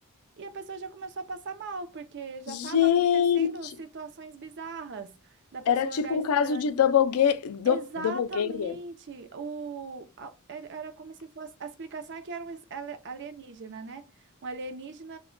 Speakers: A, on the right; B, on the left.
A: E a pessoa já começou a passar mal, porque já estava
B: Gente,
A: acontecendo situações bizarras da pessoa
B: era tipo
A: olhar estranho.
B: um caso de double, ga du-
A: Exatamente.
B: double ganger.
A: O, a- era era como se fosse. A explicação é que era um es- ale- alienígena, né? Um alienígena